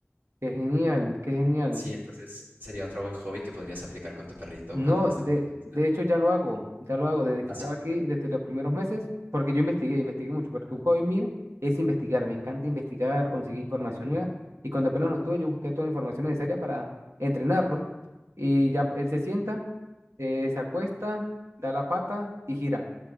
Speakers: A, on the right; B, on the right.
A: Qué genial, qué genial.
B: Sí, entonces sería otro buen hobby que podrías aplicar con tu perrito
A: No,
B: cuando ya esté
A: de,
B: un poquito más
A: de
B: grande.
A: hecho ya lo hago, ya lo hago desde que
B: ¿Así?
A: estaba aquí, desde los primeros meses, porque yo investigué, investigué mucho, porque un hobby mío es investigar, me encanta investigar, conseguir información nueva, y cuando apenas lo tuve, yo busqué toda la información necesaria para entrenarlo, y ya él se sienta, eh, se acuesta, da la pata y gira.